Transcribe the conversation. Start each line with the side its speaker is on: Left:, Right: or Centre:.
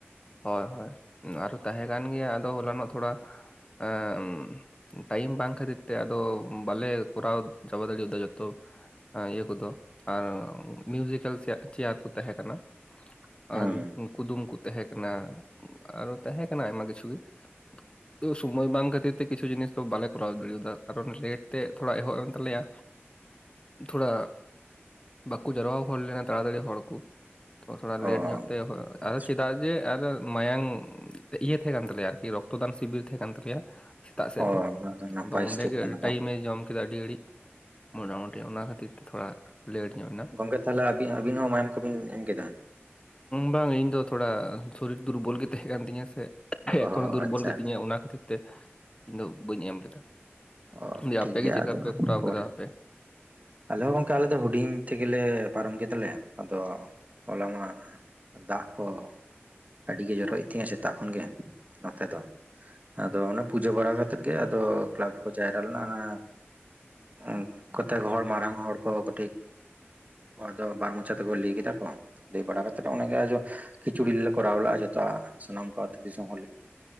Left: ᱦᱳᱭ ᱦᱳᱭ ᱟᱨᱚ ᱛᱟᱦᱮᱸ ᱠᱟᱱ ᱜᱮᱭᱟ ᱟᱫᱚ ᱦᱚᱞᱟ ᱱᱚᱜ ᱛᱷᱚᱲᱟ ᱮᱸᱜ ᱩᱸ ᱴᱟᱭᱤᱢ ᱵᱟᱝ ᱠᱷᱟᱹᱛᱤᱨ ᱛᱮ ᱟᱫᱚ ᱵᱟᱞᱮ ᱠᱚᱨᱟᱣ ᱪᱟᱵᱟ ᱫᱟᱲᱮᱣᱟᱫᱟ ᱡᱚᱛᱚ ᱤᱭᱟᱹ ᱠᱚᱫᱚ ᱟᱨ ᱢᱤᱭᱡᱤᱠᱮᱞ ᱪᱮᱭᱟᱨ ᱠᱩ ᱛᱟᱦᱮᱸ ᱠᱟᱱᱟ,
Right: ᱦᱩᱸ
Left: ᱟᱨ ᱠᱩᱫᱩᱢ ᱠᱚ ᱛᱟᱦᱮᱸ ᱠᱟᱱᱟ ᱟᱨᱚ ᱛᱟᱦᱮᱸ ᱠᱟᱱᱟ ᱟᱭᱢᱟ ᱠᱤᱪᱷᱩ ᱜᱮ᱾ ᱛᱚ ᱥᱩᱚᱢᱚᱭ ᱵᱟᱝ ᱠᱷᱟᱹᱛᱤᱨ ᱛᱮ ᱠᱤᱪᱷᱩ ᱡᱤᱱᱤᱥ ᱫᱚ ᱵᱟᱞᱮ ᱠᱚᱨᱟᱣ ᱫᱟᱲᱮ ᱭᱟᱫᱟ ᱠᱟᱨᱚᱱ ᱞᱮᱴ ᱛᱮ ᱛᱷᱚᱲᱟ ᱮᱦᱚᱵ ᱮᱱ ᱛᱟᱞᱮᱭᱟ᱾ ᱛᱷᱚᱲᱟ ᱵᱟᱠᱚ ᱡᱟᱨᱣᱟ ᱦᱩᱭ ᱞᱮᱱᱟ ᱛᱟᱲᱟ ᱛᱟᱲᱤ ᱦᱚᱲ ᱠᱩ᱾ ᱛᱚ ᱛᱷᱚᱲᱟ ᱞᱮᱴ
Right: ᱚ
Left: ᱧᱚᱜ ᱛᱮ ᱟᱫᱚ
Right: ᱟᱪᱪᱷᱟ,
Left: ᱪᱮᱫᱟᱜ ᱡᱮ ᱟᱫᱚ ᱢᱟᱭᱟᱢ ᱤᱭᱟᱹ ᱛᱟᱦᱮᱸ ᱠᱟᱱ ᱛᱟᱞᱮᱭᱟ ᱟᱨᱠᱤ ᱨᱚᱠᱛᱚᱫᱟᱱ ᱥᱤᱵᱤᱨ ᱛᱟᱦᱮᱸ ᱠᱟᱱ ᱛᱟᱞᱮᱭᱟ᱾ ᱥᱮᱛᱟᱜ ᱥᱮᱫ
Right: ᱚ
Left: ᱫᱚ
Right: ᱚᱱᱟ ᱱᱟᱯᱟᱭ
Left: ᱟᱫᱚ ᱚᱰᱮᱜᱮ
Right: ᱥᱴᱮᱯ ᱠᱟᱱᱟ
Left: ᱟᱹᱰᱤ
Right: ᱛᱟᱨᱢᱟᱱᱮ
Left: ᱴᱟᱭᱤᱢ ᱮ ᱡᱚᱢ ᱠᱮᱫᱟ ᱟᱹᱰᱤ ᱜᱷᱟᱹᱲᱤᱡ᱾ ᱢᱚᱴᱟ ᱢᱩᱴᱤ ᱚᱱᱟ ᱠᱷᱟᱹᱛᱤᱨ ᱛᱮ ᱛᱷᱚᱲᱟ ᱞᱮᱹᱴ ᱧᱚᱜ ᱱᱟ᱾
Right: ᱜᱚᱝᱠᱮ ᱛᱟᱦᱞᱮ ᱟᱵᱤᱱ ᱦᱚᱸ ᱢᱟᱭᱟᱢ ᱠᱚᱵᱤᱱ ᱮᱢ ᱠᱮᱫᱟ?
Left: ᱵᱟᱝ ᱤᱧ ᱫᱚ ᱛᱷᱚᱲᱟ ᱥᱚᱨᱤᱨ ᱫᱩᱨᱵᱚᱞ ᱜᱮ ᱛᱟᱦᱮᱸ ᱠᱟᱱ ᱛᱤᱧᱟᱹ ᱥᱮ, ᱮᱠᱷᱚᱱᱚ
Right: ᱚ
Left: ᱫᱩᱨᱵᱚᱞ
Right: ᱟᱪᱪᱷᱟ
Left: ᱜᱮ ᱛᱤᱧᱟ ᱚᱱᱟ ᱠᱷᱟᱹᱛᱤᱨ ᱛᱮ ᱤᱧ ᱫᱚ ᱵᱟᱹᱧ ᱮᱢ ᱞᱮᱫᱟ᱾
Right: ᱚ
Left: ᱫᱤᱭᱮ
Right: ᱴᱷᱤᱠ
Left: ᱟᱯᱮ
Right: ᱜᱮᱭᱟ
Left: ᱜᱮ ᱪᱮᱫ
Right: ᱟᱫᱚ
Left: ᱞᱮᱠᱟ ᱯᱮ ᱠᱚᱨᱟᱣ
Right: ᱯᱚᱨ
Left: ᱠᱮᱫᱟ ᱟᱯᱮ?
Right: ᱟᱞᱮ ᱦᱚᱸ ᱜᱚᱝᱠᱮ ᱟᱞᱮ ᱫᱚ ᱦᱩᱰᱤᱧ ᱛᱮᱜᱮ ᱞᱮ ᱯᱟᱨᱚᱢ ᱠᱮᱫᱟ ᱞᱮ ᱟᱫᱚ ᱦᱚᱞᱟ ᱢᱟ ᱫᱟᱜ ᱠᱚ ᱟᱹᱰᱤ ᱜᱮ ᱡᱚᱨᱚ ᱭᱮᱫ ᱛᱟᱦᱮᱸᱫ ᱟ ᱥᱮᱛᱟᱜ ᱠᱷᱚᱱ ᱜᱮ ᱱᱚᱛᱮ ᱫᱚ᱾ ᱟᱫᱚ ᱚᱱᱮ ᱯᱩᱡᱟᱹ ᱵᱟᱲᱟ ᱠᱟᱛᱮᱫ ᱜᱮ ᱟᱫᱚ ᱠᱮᱞᱟᱵ ᱨᱮᱠᱚ ᱡᱟᱭᱨᱟ ᱞᱮᱱᱟ ᱚᱱᱟ ᱩᱸᱜ ᱠᱚᱛᱮᱠ ᱦᱚᱲ ᱢᱟᱨᱟᱝ ᱦᱚᱲ ᱠᱚ ᱠᱟᱹᱴᱤᱡ ᱦᱚᱲ ᱫᱚ ᱵᱟᱨ ᱢᱚᱪᱟ ᱛᱮ ᱠᱚ ᱞᱟᱹᱭ ᱠᱮᱫᱟ ᱠᱚ, ᱞᱟᱹᱭ ᱵᱟᱲᱟ ᱠᱟᱛᱮᱫ ᱟᱸᱵᱮ ᱜᱮ ᱟᱡᱚ ᱠᱷᱤᱪᱩᱲᱤ ᱞᱮ ᱠᱚᱨᱟᱣ ᱞᱮᱫᱼᱟ ᱡᱚᱛᱚᱣᱟᱜ ᱥᱟᱱᱟᱢ ᱠᱚ ᱟᱹᱛᱩ ᱫᱤᱥᱚᱢ ᱦᱚᱲ ᱞᱟᱹᱜᱤᱫ,